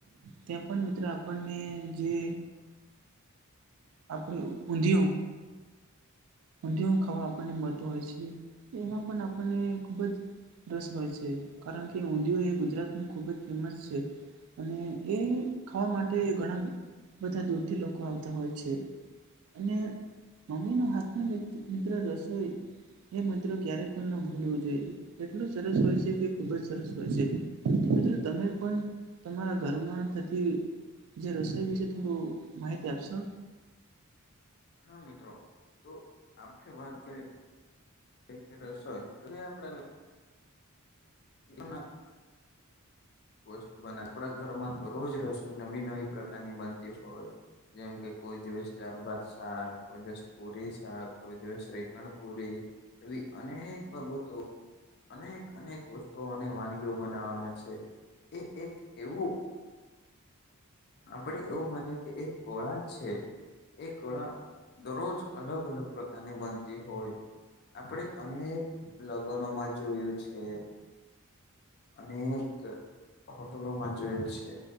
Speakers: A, on the right; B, on the left.
A: ત્યાં પણ મિત્રો આપણને જે આપણે ઊંધિયુ ઊંધિયુ ખાવા આપણને મળતું હોય છે એમાં પણ આપણને ખૂબ જ રસ હોય છે કારણ કે ઊંધિયું એ ગુજરાતમાં ખુબ જ ફેમસ છે અને એ ખાવા માટે ઘણા બધા દૂરથી લોકો આવતા હોય છે અને મમ્મી ન હાથ રિરન મિત્ર રસોઈ એ મત્રોક્યારે પણ ન ભૂલવું જોઈએ એટલું સરસ હોય છે કે ખૂબ જ સરસ હોય છે મિત્ર. તું તમે પણ તમારા ઘરમાં થતી જે રસ એ વિશે થોડું માહિતી આપશો
B: હા મિત્રો તો આપણે વાત કરી તે રસોય તો આપડા ના ના વસ્તુ બનાવી આપડા ઘરમાં તો રોજ રસોઈ નવી નવી પ્રકારની બનતી હોય જેમ કે કોઈ દિવસ દાલ ભાત શાક કોઈ દિવસ પુરી શાક કોઈ દિવસ શ્રીખંડ પુરી એવી અનેક બાબતો અનેક અનેક વસ્તુઓ અને વાનગીઓ બનાવામાં છે એ એક એવું આપડે એવું માનીએ કે એક ખોરાક છે એ કળા દરરોજ અલગ અલગ પ્રકારની બનતી હોય આપડે અનેક લગનોમા જોયે છે અનેક હોટલોમાં જોયે છે